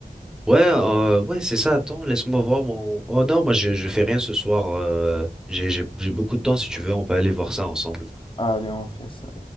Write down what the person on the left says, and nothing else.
Allez, on fait ça.